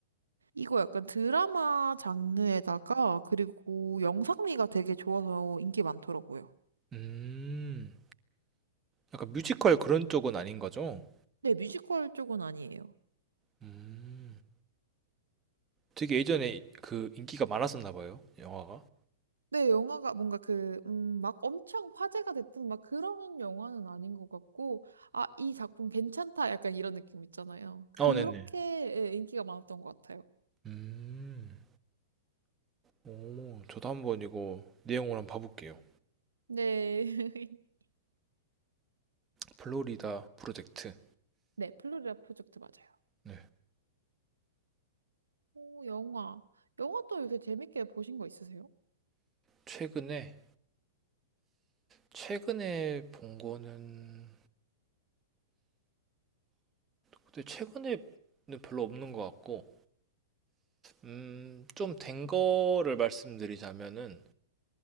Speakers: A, on the right; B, on the right.
A: 이거 약간 드라마 장르에다가, 그리고 영상미가 되게 좋아서 인기 많더라고요.
B: 음, 약간 뮤지컬 그런 쪽은 아닌 거죠?
A: 네, 뮤지컬 쪽은 아니에요.
B: 음, 되게 예전에 그 인기가 많았었나 봐요, 영화가.
A: 네, 영화가 뭔가 그, 음, 막 엄청 화제가 됐던 막 그런 영화는 아닌 것 같고, 아, 이 작품 괜찮다. 약간 이런 느낌 있잖아요. 그렇게
B: 아, 네네.
A: 예, 인기가 많았던 것 같아요.
B: 음, 오, 저도 한번 이거 내용을 한번 봐볼게요.
A: 네. <laughs>
B: 플로리다 프로젝트.
A: 네, 플로리다 프로젝트 맞아요.
B: 네.
A: 오, 영화. 영화 또 요새 재밌게 보신 거 있으세요?
B: 최근에, 최근에 본 거는, 근데 최근에는 별로 없는 것 같고, 음, 좀 된 거를 말씀드리자면은,